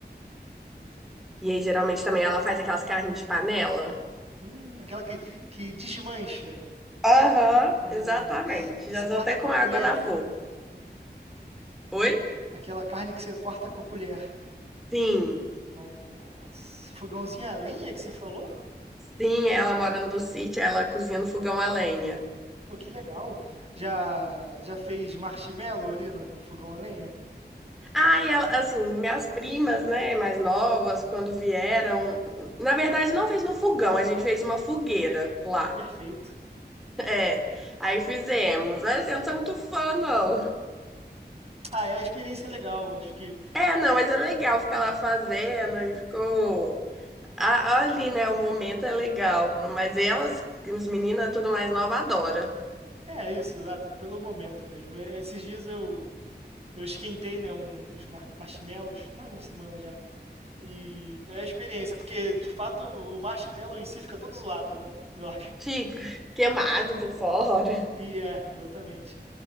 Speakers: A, on the right; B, in the centre.
A: É.
B: E aí, geralmente, também ela faz aquelas carnes de panela.
A: Hum, aquela que, que desmancha.
B: Aham,
A: Nossa!
B: exatamente.
A: Que
B: Já
A: você corta
B: tô até
A: com
B: com
A: a colher.
B: água na boca. Oi?
A: Aquela carne que você corta com a colher.
B: Sim,
A: Nossa! Fogãozinho a lenha que você falou?
B: sim, ela mora no sítio, ela cozinha no fogão a lenha.
A: Pô, que legal. Já, já fez marshmallow ali no, no fogão a lenha?
B: Ah, e ela, assim, minhas primas, né, mais novas, quando vieram, na verdade, não fez no fogão, a gente fez uma fogueira lá.
A: Pô, perfeito.
B: É, aí fizemos. Mas assim, eu não sou muito fã, não.
A: Ah, é a experiência legal. Acho que
B: É, não, mas é legal ficar lá fazendo e ficou. a- Ali, né? O momento é legal. Mas elas, as meninas, tudo mais nova, adora.
A: é isso, exato. É pelo momento mesmo. É, Esses dias eu Eu esquentei, né, uns mar- marshmallows, faz uma semana já. E é a experiência, porque de fato o marshmallow em si fica todo zoado, né? Eu acho.
B: Fica queimado por fora.
A: E é, exatamente.